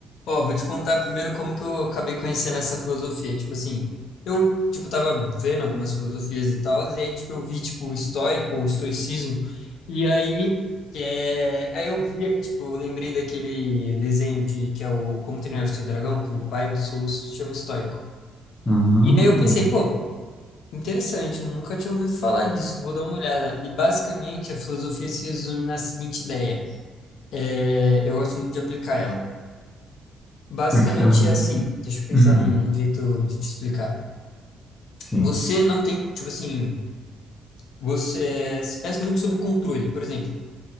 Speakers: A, on the left (about 75°); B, on the left (about 20°).
A: Ó, vou te contar primeiro como que eu acabei conhecendo essa filosofia. Tipo assim, eu, tipo, tava vendo algumas filosofias e tal, e aí, tipo, eu vi, tipo, o estoico, o estoicismo, e aí, é, aí eu via, tipo, eu lembrei daquele desenho de, que é o Como Treinar Seu Dragão, que o pai do Soluço se chama estoico.
B: Hum.
A: E aí eu pensei, pô, interessante, eu nunca tinha ouvido falar disso, vou dar uma olhada. E basicamente a filosofia se resume na seguinte ideia, é, eu gosto muito de aplicar ela. Basicamente
B: Ah, que da hora.
A: é assim, deixa eu pensar
B: Hum,
A: num, num jeito de te explicar.
B: sim.
A: Você não tem, tipo assim, você é, é muito sobre controle. Por exemplo,